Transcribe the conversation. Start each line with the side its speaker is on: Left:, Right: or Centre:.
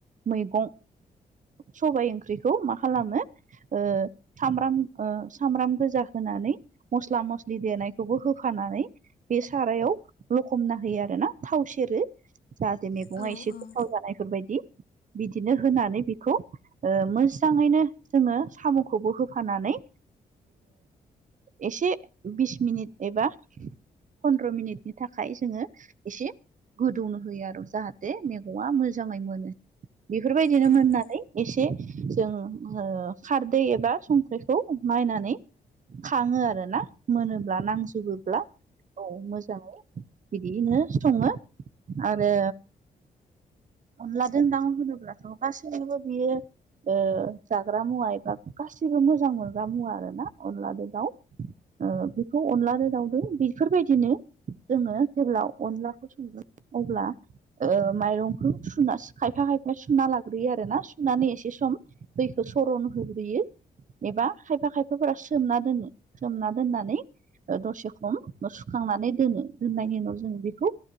Right: मैगं सबाय ओंख्रिखौ मा खालामो ओ सामब्राम सामब्राम गोजा होनानै मस्ला मस्लि देनायखौबो होफानानै बे सारायाव लखबना होयो आरो ना थाव सेरो जाहाथे मेगङा
Left: औ
Right: एसे
Left: उम
Right: गोथाव जानायफोरबायदि बिदिनो होनानै बेखौ ओ मोस जाङैनो जोङो साम'खौबो होफानानै एसे बिस मिनिट एबा फन्द्र' मिनिटनि थाखाय जोङो एसे गोदौनो होयो आरो जाहाथे मैगंआ मोजाङै मोनो बेफोरबायदिनो
Left: औ उम
Right: मोननानै
Left: उम
Right: एसे जों ओ खारदै एबा संख्रिखौ नायनानै खाङो आरो ना मोनोब्ला नांजोबोब्ला औ मोजाङै बिदियैनो सङो आरो अनला जों दाउ होनोब्लाथ' गासैजोंबो बियो ओ जाग्रा मुवा एबा गासिबो मोजां मोनग्रा मुवा आरोना अनलाजों दाउ ओ बेखौ अनलाजों दावजों बेफोरबायदिनो जोङो जेब्ला अनलाखौ सङो अब्ला ओ माइरंखौ सुना खायफा खायफा सुना लाग्रोयो आरोना सुनानै एस सम दैखौ सर'नो होग्रोयो एबा खायफा खायफाफोरा सोमना दोनो सोमना दोननानै दसे खम सुखांनानै दोनो दोननायनि उनाव जों बेखौ